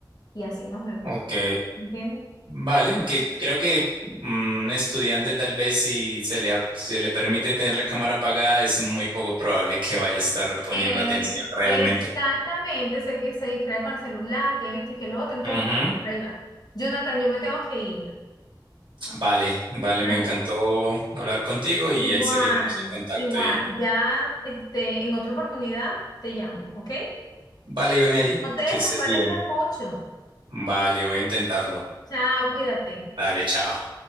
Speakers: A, on the left (about 50°); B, on the right (about 75°).
A: Y así nos vemos.
B: ok.
A: ¿Entiendes?
B: Vale, aunque creo que mm, un estudiante tal vez si se le, ha- se le permite tener la cámara apagada, es muy poco probable que vaya a estar poniendo
A: Eh,
B: atención realmente.
A: exactamente, sé que se distrae con el celular, que esto y que lo otro, entonces
B: Ujú.
A: por ahí va. Jonathan, yo me tengo que ir.
B: Vale, vale,
A: ¿vale?
B: me encantó hablar contigo y
A: Igual,
B: ahí seguiremos en contacto
A: igual.
B: y
A: Ya, este, en otra oportunidad te llamo, ¿ok?
B: Vale, Mary,
A: No te desaparezcas
B: que estés bien.
A: mucho.
B: Vale, voy a intentarlo.
A: Chao, cuídate.
B: Dale, chao.